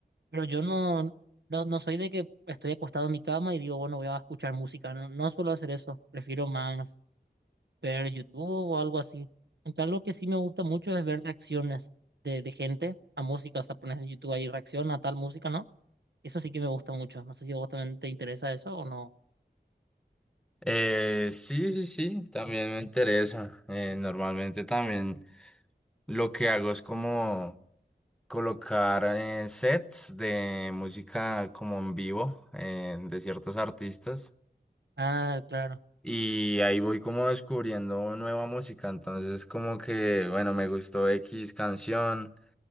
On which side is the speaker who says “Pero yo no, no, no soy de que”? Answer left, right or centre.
Right